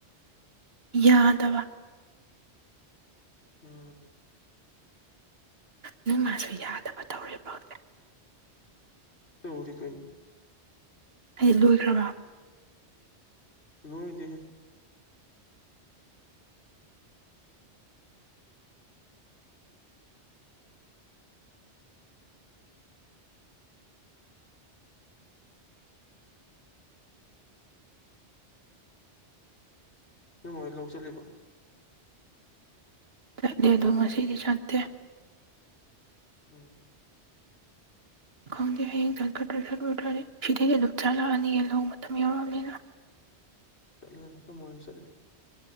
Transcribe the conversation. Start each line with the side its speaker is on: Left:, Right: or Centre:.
Right: ꯌꯥꯗꯕ
Left: ꯎꯝ
Right: ꯅꯣꯏ ꯃꯥꯁꯨ ꯌꯥꯗꯕ ꯇꯧꯔꯦꯕ ꯍꯧꯖꯤꯛ
Left: ꯇꯧꯔꯤ ꯀꯩꯅꯣ꯫
Right: ꯍꯦꯛꯂꯣꯢ ꯈꯔꯕ
Left: <unintelligible> ꯅꯦ <unintelligible> ꯍꯣꯏ ꯂꯧ ꯆꯠꯂꯤꯕꯣ
Right: ꯆꯠꯂꯤ ꯑꯗꯨꯝ ꯉꯁꯤꯗꯤ ꯆꯠꯇꯦ꯫
Left: ꯎꯝ
Right: ꯈꯪꯗꯦ ꯍꯌꯦꯡ ꯆꯠꯀꯗ꯭ꯔꯥ ꯆꯠꯂꯨꯗ꯭ꯔꯗꯤ ꯁꯤꯗꯒꯤ ꯍꯦꯟꯅ ꯆꯠꯂꯛ ꯑꯅꯤꯌꯦ ꯂꯧ ꯃꯇꯝ ꯌꯧꯔꯛ ꯑꯕꯅꯤꯅ꯫
Left: ꯆꯠꯂ ꯅꯣꯏ ꯃꯣꯏ ꯆꯦ